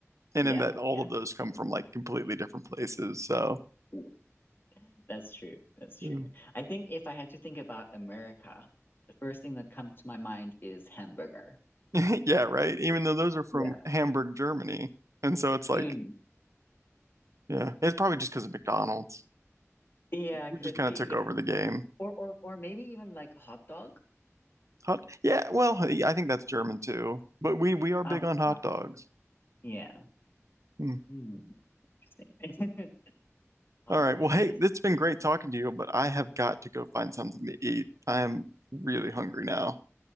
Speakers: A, on the right (about 75°); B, on the left (about 45°).
A: And
B: yeah,
A: in that all
B: yeah.
A: of those come from like completely different places. So,
B: yeah. That's true. That's true.
A: yeah,
B: I think if I had to think about America, the first thing that comes to my mind is hamburger.
A: <laughs> Yeah, right. Even though those are from
B: Yeah.
A: Hamburg, Germany. And so it's like,
B: Mm.
A: Yeah, it's probably just because of McDonald's.
B: Yeah,
A: We
B: could
A: just kind
B: be.
A: of took over
B: <laughs>
A: the game.
B: Or or or maybe even like hot dog.
A: Hot, yeah. Well, hey, I think that's German too. But we we are big
B: Oh,
A: on hot
B: wow.
A: dogs.
B: Yeah.
A: Hmm.
B: Hmm. Interesting. <laughs> Oh
A: All right.
B: my
A: Well,
B: goodness.
A: hey, it's been great talking to you, but I have got to go find something to eat. I am really hungry now.